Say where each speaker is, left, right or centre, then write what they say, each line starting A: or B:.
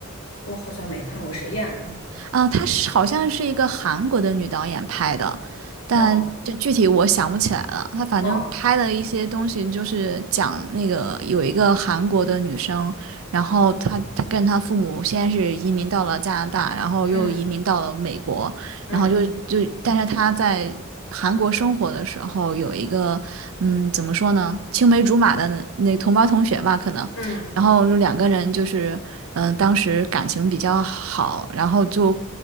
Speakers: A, on the left; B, on the right.
A: 我好像没看过谁演的呢？
B: 啊，她是好像是一个韩国的女导演拍的，但就具体我想不起来了。
A: 哦
B: 她反正拍的一些东西就是讲那个有一个韩国的女生，
A: 哦。
B: 然后她她跟她父母先是移民到了加拿大，然后又移民到了美国，
A: 嗯
B: 然后就就但是她在韩国生活的时候有一个嗯怎么说呢青梅竹马的那那同班同学吧，
A: 嗯
B: 可能。
A: 嗯
B: 然后就两个人就是嗯、呃当时感情比较好，然后就